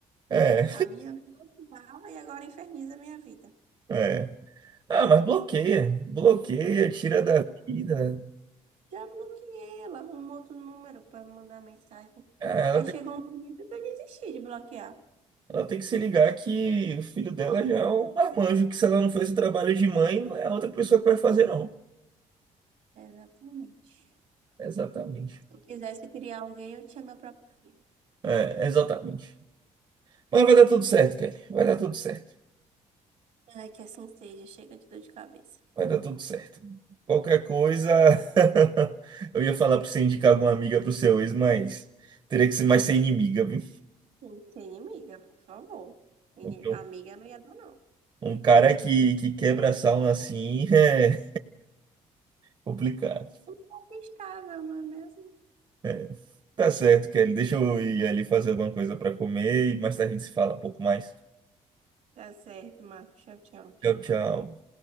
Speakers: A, on the right; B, on the right.
A: É,
B: a minha me odiava e agora inferniza a minha vida.
A: é. Ah, mas bloqueia, bloqueia, tira da vida.
B: Já bloqueei, ela arrumou outro número para me mandar mensagem.
A: Ah, ela
B: Aí
A: tem,
B: chegou um momento que eu desisti de bloquear.
A: ela tem que se ligar que o filho dela já é um marmanjo, que se ela não fez o trabalho de mãe, não é a outra pessoa que vai fazer, não.
B: Exatamente.
A: Exatamente.
B: Se eu quisesse criar alguém, eu tinha meu próprio filho.
A: É, exatamente. Mas vai dar tudo certo, Kelly. Vai dar tudo certo.
B: Ai, que assim seja, chega de dor de cabeça.
A: Vai dar tudo certo. Qualquer coisa, <laughs> eu ia falar pra você indicar alguma amiga pro seu ex, mas teria que ser mais ser inimiga, viu?
B: Sim, ser inimiga, por favor. Ini-
A: Então,
B: Amiga não ia dar, não.
A: Um cara que, que quebra a sauna assim <laughs> é complicado.
B: Amigável, não é mesmo?
A: É, tá certo, Kelly. Deixa eu ir ali fazer alguma coisa pra comer e mais tarde a gente se fala um pouco mais.
B: Tá certo, Marcos. Tchau, tchau.
A: Tchau, tchau.